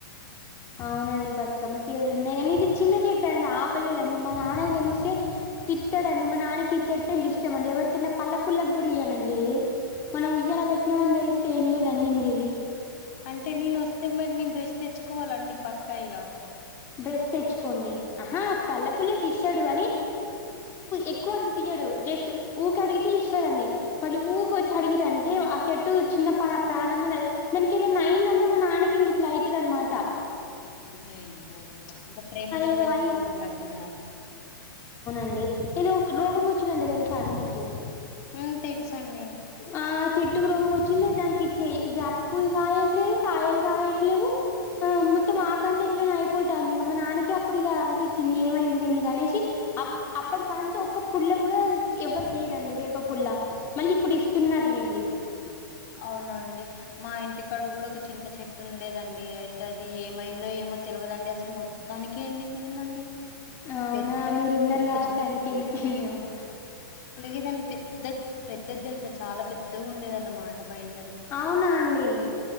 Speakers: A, on the left; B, on the left.
A: అవునండి బతుకమ్మ చీరలు ఉన్నాయి కానీ ఇది చిన్న చెట్ అండి ఆపలేదండి మా నాన్నకు తెలిస్తే తిట్టడండి మా నాన్నకి చెట్టు అంటి ఇష్టంమండి ఎవరికనా పళ్ళ పుల్లకి కూడా ఇయ్యడండి మనం ఉయ్యాల కట్టినామని తెలిస్తే ఏం లేదండి ఇంగ్ ఇది
B: అంటే నేను వస్తే మరి నెన్ బ్రష్ తెచ్చుకోవాలండి పక్కఇగా
A: బ్రెష్ తెచ్చుకోండి ఆహా పల్ల పుల్లకి ఇస్తడు గని ఎక్కువ అడుగుతె ఇయడు జస్ట్ ఊకె అడిగితే ఇస్తడండి మళ్ళీ ఊకొచ్చి అడిగిరంటే ఆ చెట్టు చిన్నప ప్ర మనం దల్చ్ దానికి ఏదైనా అయిందంటే మా నాన్నకి ఇంగ ఇట్లయితదనమాట
B: అయ్యయె అంటే ప్రేమతోటి
A: ఏదో
B: పెంచుకుంటున్నట్టున్నాడా
A: అయి అండి ఏదో ఒకరోగం వచ్చుడంటె తెలుసా అండి మీకు
B: ఉ తెలుసండి
A: ఆ చెట్టుకు రోగం వచ్చింది దానికి ఇచ్చేయి వేప పూలు కాయట్లేదు కాయలు కాయట్లేవు ఆ మొత్తం ఆకంత ఇట్లనో అయిపోతాంది ఇంగ మా నాన్నకి అప్పుడు ఇగ అనిపించింది ఏమైంది దీనికి అనేసి అప్ అప్పటి కాంచి ఒక పుల్ల కూడా ఎవరికి ఇయడండి వేప పుల్ల మళ్ళీ ఇప్పుడు ఇస్తున్నారులేండి
B: అవునండి మా ఇంటి కాడ కూడా ఒక చింత చెట్టు ఉండేదండి అయితే అది ఏమైందో ఏమో మో తెలువదండి అసలు మొత్తానికి ఏండిపోయిందండి
A: అవునా
B: పెద్ద
A: మీరు ఉన్నారు
B: పెద్ద
A: కాబట్టి
B: చింత
A: అందుకే
B: చెట్టు
A: ఎండిపోయిందేమో.
B: లేదండి పెద్ పెద్ద పెద్దది తెలుస చాలా పెద్దగా ఉండేదన్నమాట మ ఇం
A: అవునా అండి